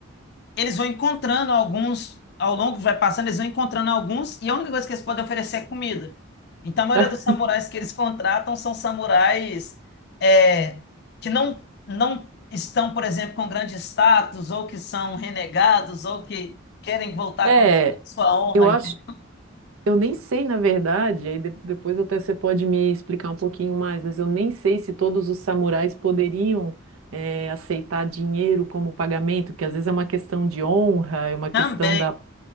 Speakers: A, on the left; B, on the right.
A: eles vão encontrando alguns, ao longo que vai passando, eles vão encontrando alguns, e a única coisa que eles podem oferecer é comida. Então, a maioria
B: <laughs>
A: dos samurais que eles contratam são samurais é, que não, não estão, por exemplo, com grande status, ou que são renegados, ou que querem voltar
B: É,
A: com sua honra,
B: eu acho
A: entendeu?
B: Eu nem sei, na verdade, aí de- depois até você pode me explicar um pouquinho mais, mas eu nem sei se todos os samurais poderiam eh, aceitar dinheiro como pagamento, que às vezes é uma questão de honra, é uma questão
A: Também.
B: da,